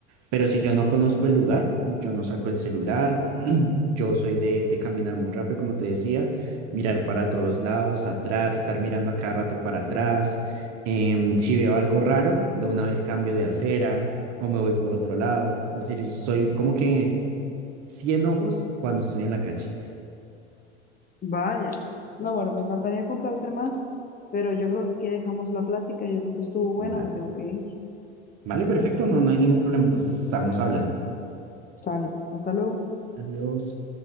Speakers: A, on the right; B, on the left.
A: Pero si yo no conozco el lugar, yo no saco el celular, <clears throat> yo soy de, de caminar muy rápido, como te decía, mirar para todos lados, atrás, estar mirando a cada rato para atrás. Em, si veo algo raro, de una vez cambio de acera o me voy por otro lado. Es decir, yo soy como que 100 ojos cuando estoy en la calle.
B: Vaya. No, bueno, me encantaría contarte más, pero yo creo que aquí dejamos la plática. Yo creo que estuvo buena,
A: Ah,
B: me tengo que ir.
A: Vale, perfecto, no, no hay ningún problema. Entonces estamos hablando.
B: Sale. Hasta luego.
A: Adiós.